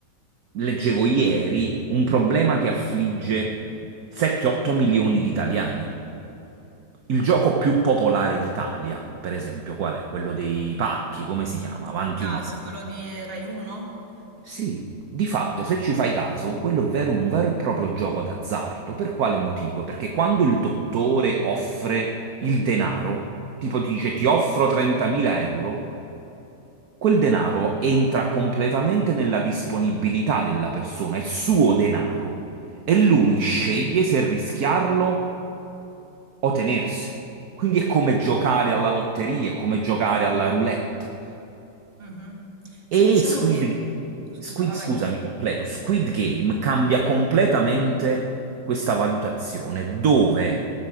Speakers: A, on the right; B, on the right.
A: leggevo ieri, un problema che affligge 7-8 milioni di italiani. Il gioco più popolare d'Italia, per esempio, qual è? Quello dei pacchi, come si chiama? Avanti
B: Ah,
A: un altro.
B: sì, quello di Rai 1?
A: Sì, di fatto,
B: Eh.
A: se ci fai caso, quello è vero un vero e proprio gioco d'azzardo. Per quale motivo? Perché quando il dottore offre il denaro, tipo ti dice ti offro 30.000 euro, quel denaro entra completamente nella disponibilità della persona, è suo denaro e lui sceglie se rischiarlo o tenerselo. Quindi è come giocare alla lotteria, è come giocare alla roulette.
B: mhm.
A: E
B: Sì, diciamo
A: Squid,
B: che...
A: G-
B: oh, scusa,
A: Squid,
B: vai,
A: scusami,
B: vai.
A: completo, Squid Game cambia completamente questa valutazione, dove